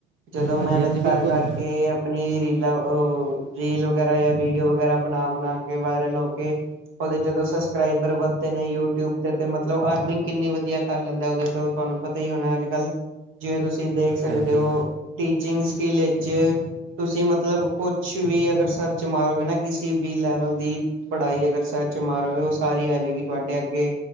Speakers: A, on the right; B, on the right.
A: ਜਦੋਂ
B: ਹਾਂਜੀ
A: ਮਿਹਨਤ
B: ਹਾਂਜੀ ਬਿਲਕੁਲ
A: ਕਰ ਕਰਕੇ ਆ ਆਪਣੀ ਰੀਲਾਂ ਅ ਰੀਲ ਵਗੈਰਾ ਜਾਂ ਵੀਡਿਓ ਵਗੈਰਾ ਬਣਾ-ਬਣਾ ਕੇ ਵਾਇਰਲ ਹੋ ਕੇ ਉਹਦੇ ਜਦੋਂ ਸਬਸਕ੍ਰਾਈਬਰ ਵੱਧਦੇ ਨੇ ਯੂਟਿਊਬ ਤੇ-ਤੇ ਮਤਲਬ ਅਰਨਿੰਗ ਕਿੰਨੀ ਵਧੀਆ ਕਰ ਲੈਂਦਾ ਉਹਦੇ ਤੋਂ ਤੁਹਾਨੂੰ ਪਤਾ ਹੀ ਹੋਣਾ ਅੱਜ ਕੱਲ ਜਿਵੇਂ ਤੁਸੀਂ ਦੇਖ ਸਕਦੇ
B: ਹਾਂਜੀ
A: ਹੋ ਟੀਚਿੰਗ ਸਕਿੱਲ 'ਚ ਤੁਸੀਂ ਮਤਲਬ ਕੁਛ ਵੀ ਅਗਰ ਸਰਚ ਮਾਰੋਗੇ ਨਾ ਕਿਸੇ ਵੀ ਲੈਵਲ ਦੀ ਪੜ੍ਹਾਈ ਅਗਰ ਸਰਚ ਮਾਰੋਗੇ ਉਹ ਸਾਰੀ ਆ ਜਾਏਗੀ ਤੁਹਾਡੇ ਅੱਗੇ